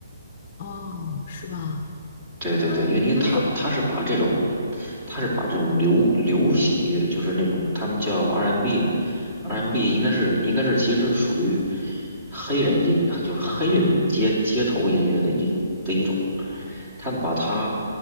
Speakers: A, on the left; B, on the right.
A: 候，哦，是吧？
B: 对对对，
A: 他还有那个。
B: 因为因为他他是把这种，他是把这种流流行乐，就是那种他们叫 R&B，R&B n
A: 呃
B: n 应该是应该是其实是属于黑人音，就是黑人街街头音乐的一的一种，他们把它